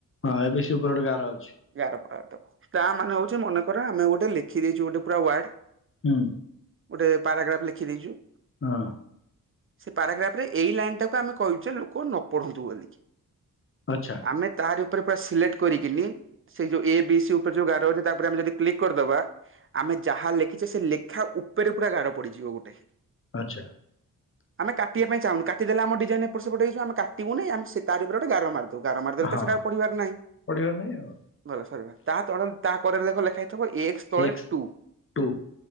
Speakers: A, on the left; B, on the right.
A: ହଁ ଏବେ ସେଇ ଉପର ଗୋଟେ ଗାର ଅଛି।
B: ଗାର ପକା ବାଟ ତା ମାନେ ହଉଛି ମନେକର ଆମେ ଗୋଟେ ଲେଖି ଦେଇଛୁ ଗୋଟେ ପୁରା ୱାର୍ଡ଼
A: ହୁଁ।
B: ଗୋଟେ ପାରାଗ୍ରାଫ୍ ଲେଖି ଦେଇଛି।
A: ହଁ।
B: ସେ ପାରାଗ୍ରାଫ ରେ ଏଇ ଲାଇନ ଟାକୁ ଆମେ କହିଚୁ ଲୋକ ନ ପଢନ୍ତୁ ବୋଲି।
A: ଆଚ୍ଛା।
B: ଆମେ ତାରି ଉପରେ ପୁରା ସିଲେକ୍ଟ କରିକିନି ସେଇ ଯୋଉ ଏ ବି ସି ଉପରେ ଯୋଉ ଗାର ଅଛି ତାପରେ ଆମେ ଯଦି କ୍ଲିକ କରିଦବା ଆମେ ଯାହା ଲେଖିଛେ ସେ ଲେଖା ଉପରେ ପୁରା ଗାର ପଡିଯିବ ଗୋଟେ।
A: ଆଚ୍ଛା।
B: ଆମେ କାଟିବା ପାଇଁ ଚାହୁଁନୁ କାଟିଦେଲେ ଆମ ଡିଜାଇନି ଏପଟ ସେପଟ ହେଇଛ ଆମେ କାଟିବୁନି ଆମେ ସେ ତାରି ଉପରେ ଗୋଟେ ଗାର ମାରି ତୁ ଗାର ମାରିଦେଲେ
A: ହଁ
B: ତ ସେଟା ପଢିବାର ନାହିଁ
A: ପଢିବାର ନାହିଁ ଆଉ
B: ଗଲା ସଇଲା ତା ତଳେ ତା କରରେ ଦେଖ ଲେଖା ହେଇ ଥିବ ଏକସ ତଳେ
A: ଏକ୍ସ
B: ଟୁ
A: ଟୁ